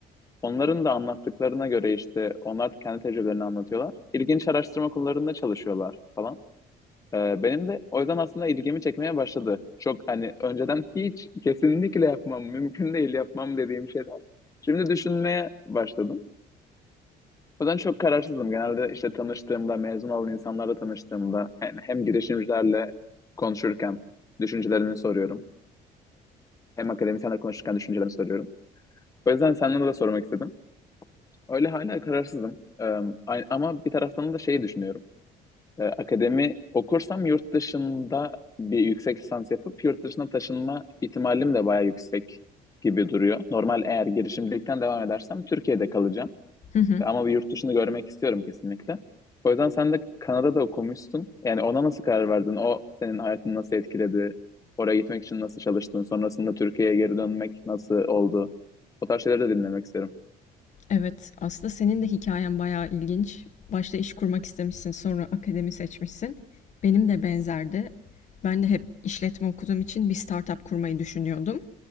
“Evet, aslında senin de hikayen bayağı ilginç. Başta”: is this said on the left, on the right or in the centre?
Left